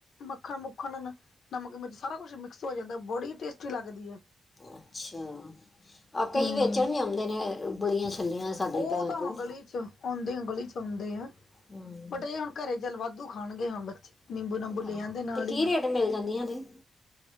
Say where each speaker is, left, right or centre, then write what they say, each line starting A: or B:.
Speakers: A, on the left (about 70°); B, on the left (about 25°).
A: ਮੱਖਣ ਮੁੱਖਣ ਨਮਕ ਮਿਰਚ ਸਾਰਾ ਕੁਛ ਮਿਕਸ ਹੋ ਜਾਂਦਾ ਬੜੀ ਹੀ ਟੇਸਟੀ ਲੱਗਦੀ ਹੈ।
B: ਅੱਛਾ ਆ ਕਈ
A: ਹੂੰ
B: ਵੇਚਣ ਵੀ ਆਉਂਦੇ ਨੇ ਉਬਲੀਆਂ ਛੱਲੀਆਂ। ਸਾਡੇ
A: ਉਹ
B: ਘਰ
A: ਤਾਂ
B: ਕੋਲ
A: ਗਲੀ ਚ ਆਉਂਦੀ ਗਲੀ ਚ ਆਉਂਦੇ ਆ।
B: ਹੂੰ।
A: ਬਟ ਏ ਹੁਣ ਘਰੇ ਚਲ ਵਾਧੂ ਖਾਣਗੇ ਹੁਣ ਬੱਚੇ ਨਿੰਬੂ ਨਾਬੂ ਲੈ
B: ਆਹ,
A: ਆਦੇ ਨਾਲ
B: ਤੇ ਕੀ
A: ਈ ਮੈ
B: ਰੇਟ ਮਿਲ ਜਾਂਦੀਆਂ ਤੇ